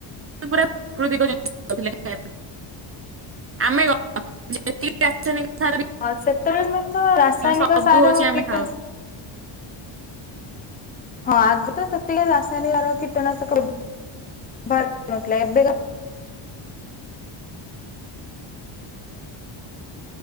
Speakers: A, on the right (about 30°); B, on the left (about 15°).
A: <unintelligible> ପୁରା ଟୁ ଦିଗ ଯାଏ ଜାଉ ଥିଲେ। ଖାଇ ଆମେ କ <unintelligible> ଏତିକି ଆସନେଇ ଥରେ
B: ହଁ ସେତେବେଳେ ଆମର ତ ରାସାୟନିକ
A: ସବୁ
B: ସାର
A: ହଉଛି ଆମେ
B: କୀଟ
A: <unintelligible>
B: ହଁ, ଆଗରୁ ତ ସେତିକି ରାସାୟନିକାର କିଟନାଶକ ଭାରି ନଥିଲା ଏବେକା